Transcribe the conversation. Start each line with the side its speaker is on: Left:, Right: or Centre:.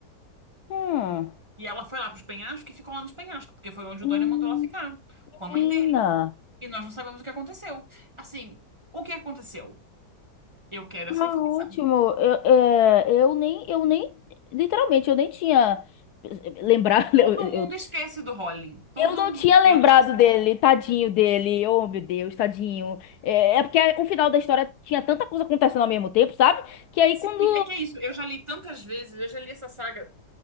Left: Hum.
Right: E ela foi lá para os penhascos e ficou lá nos penhascos, porque foi onde
Left: Hum,
Right: o Dória mandou ela ficar, com a mãe
Left: Menina.
Right: dele. E nós não sabemos o que aconteceu. Assim, o que aconteceu? Eu quero
Left: Tá
Right: essa informação.
Left: ótimo. Eu, é, eu nem, eu nem, literalmente, eu nem tinha lembrado.
Right: Todo
Left: <laughs> Eu, eu,
Right: mundo esquece do Rowling. Todo
Left: eu não
Right: mundo.
Left: tinha lembrado
Right: Eu não esqueci.
Left: dele, tadinho dele. Oh, meu Deus, tadinho. É, é porque o final da história tinha tanta coisa acontecendo ao mesmo tempo, sabe? Que aí
Right: Sim,
Left: quando
Right: é que é isso. Eu já li tantas vezes, eu já li essa saga